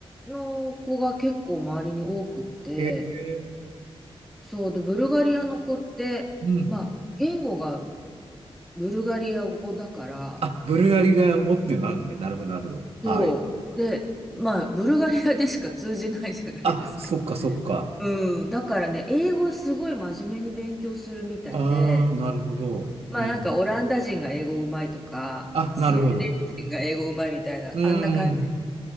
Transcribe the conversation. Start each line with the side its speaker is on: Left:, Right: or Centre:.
Centre: の子が結構周りに多くって、
Right: へえ。
Centre: そうで、ブルガリアの子って、
Right: うん。
Centre: まあ、言語がブルガリア語だから、
Right: あ、ブルガリが語っていうのがあるのね。なるほど、なるほど。はい。
Centre: そう。で、まあ、ブルガリアでしか通じないじゃないですか。
Right: あ、そっか、そっか。
Centre: うん。だからね、英語すごい真面目に勉強するみたいで、
Right: ああ、なるほど。
Centre: まあなんかオランダ人が英語うまいとか、
Right: うん。あ、
Centre: スウェーデン人が英語うまいみたいな、
Right: なるほど。うん。
Centre: あんな感